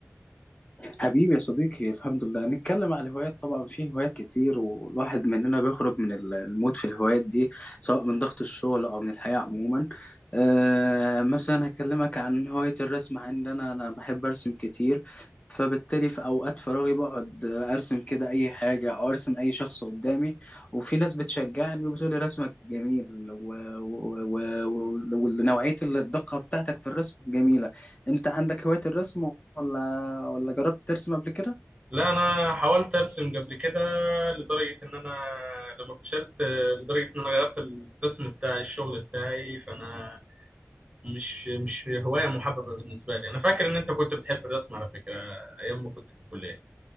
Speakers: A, on the left; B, on the right.
A: حبيبي يا صديقي الحمد لله نتكلم على الهوايات طبعا في هوايات كتير والواحد مننا بيخرج من ال- المود في الهوايات دي سواء من ضغط الشغل او من الحياة عموما آه مثلا هكلمك عن هواية الرسم عندنا انا بحب ارسم كتير فبالتالي في اوقات فراغي بقعد ارسم كده اي حاجة او ارسم اي شخص قدامي وفي ناس بتشجعني وبتقولي رسمك جميل ونوعية و... و... و... و- ونوعية الدقة بتاعتك في الرسم جميلة انت عندك هواية الرسم ولا ولا جربت ترسم قبل كده
B: لا انا حاولت ارسم قبل كده لدرجه ان انا لما فشلت آه، لدرجه ان انا غيرت القسم بتاع الشغل بتاعي فانا مش مش هوايه محببه بالنسبه لي انا فاكر ان انت كنت بتحب الرسم على فكره ايام ما كنت في الكليه